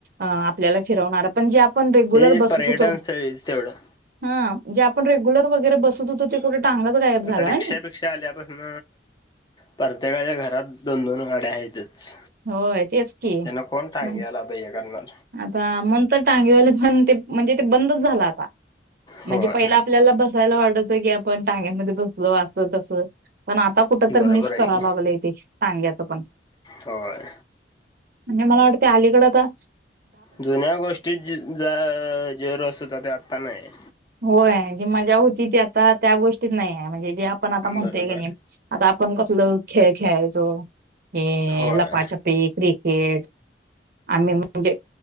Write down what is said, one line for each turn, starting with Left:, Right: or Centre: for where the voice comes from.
Right: आपल्याला फिरवणार पण जे आपण रेग्युलर
Left: ते
Right: बसत
Left: पर्यटन
Right: होतो
Left: स्थळीच तेवढं
Right: हा जे आपण रेग्युलर वगैरे बसत होतो ते कुठ टांगाच गायब झाला
Left: आता रिक्षापिक्क्षा
Right: आणि
Left: आल्यापासन प्रत्येकाच्या घरात दोन दोन गाड्या आहेतच.
Right: होय तेच की
Left: त्यांन कोण टांग्याला
Right: म्हण-
Left: ह्य करणार
Right: आता म्हणून तर टांगेवाले पण ते म्हणजे ते बंदच झालं आता
Left: होय
Right: म्हणजे पहिला आपल्याला बसायला वाटायच की आपण टांग्यांमध्ये बसलो अस तस पण आता कुठ तर
Left: बरोबर
Right: मिस
Left: आहे
Right: करा
Left: की
Right: लागलोय ते टांग्याचं पण
Left: होय.
Right: आणि मला वाटते अलीकड तर
Left: जुन्या गोष्टीत जे अ जे रस होता ते आत्ता नाही.
Right: होय, जी मज्जा होती ती आता त्या गोष्टीत नाही आहे म्हणजे जे आपण आता म्हणतोय
Left: बरोबर
Right: का
Left: आहे.
Right: नाई आता आपण कसलं खेळ खेळायचो हे
Left: होय
Right: लपा-छापी क्रिकेट आम्ही म्हणजे